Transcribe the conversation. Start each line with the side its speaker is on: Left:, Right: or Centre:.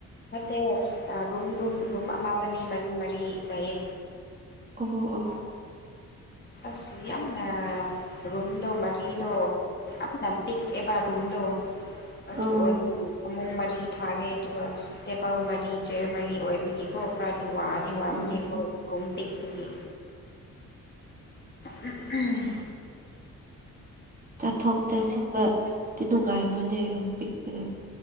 Left: ꯅꯠꯇꯦ ꯔꯨꯝ ꯔꯨꯝ ꯔꯨꯝ ꯑꯃꯗ ꯃꯤ ꯃꯔꯤ ꯃꯔꯤ ꯂꯩꯥꯏꯌꯦ
Right: ꯑꯣ ꯑꯣ
Left: ꯑꯁ ꯌꯥꯝꯅ ꯔꯨꯝꯗꯣ ꯃꯔꯤꯗꯣ ꯌꯥꯝꯅ ꯄꯤꯛꯑꯕ ꯔꯨꯝꯗꯣ ꯑꯗꯨ
Right: ꯑꯣ
Left: ꯑꯣꯏꯕꯒꯤ ꯐꯃꯨꯡꯔꯤ ꯊꯥꯔꯦ ꯑꯗꯨꯒ ꯇꯦꯕꯜ ꯃꯔꯤ ꯆꯦꯌꯔ ꯃꯔꯤ ꯑꯣꯏꯕꯒꯤꯀꯣ ꯋꯥꯗꯤ ꯋꯥꯕꯅꯤ
Right: ꯎꯝ
Left: ꯑꯩꯈꯣꯏ ꯒꯨꯝ ꯇꯤꯛꯄꯒꯤ ꯎꯝ ꯎꯝ
Right: ꯆꯥꯠꯊꯣꯛ ꯆꯠꯁꯤꯟꯕꯗꯤ ꯅꯨꯡꯉꯥꯏꯕ꯭ꯔꯥꯅꯦ ꯑꯗꯨꯝ ꯄꯤꯛꯄꯗ